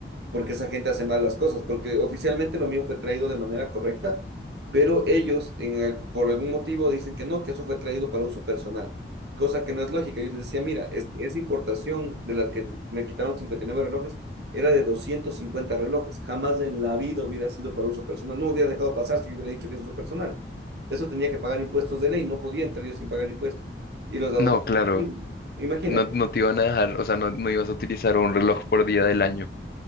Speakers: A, on the right; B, on the left.
A: porque esa gente hace mal las cosas, porque oficialmente lo mío fue traído de manera correcta, pero ellos en el- por algún motivo dicen que no, que eso fue traído para uso personal, cosa que no es lógica. Yo les decía, mira, es, esa importación de la que me quitaron 59 relojes era de 250 relojes, jamás en la vida hubiera sido para uso personal, no hubiera dejado pasar si yo hubiera dicho que es uso personal. Eso tenía que pagar impuestos de ley, no podía entrar yo sin pagar impuestos. Y los aduaneros,
B: No, claro,
A: sí, imagínate.
B: no, no te iban a dejar, o sea, no, no ibas a utilizar un reloj por día del año.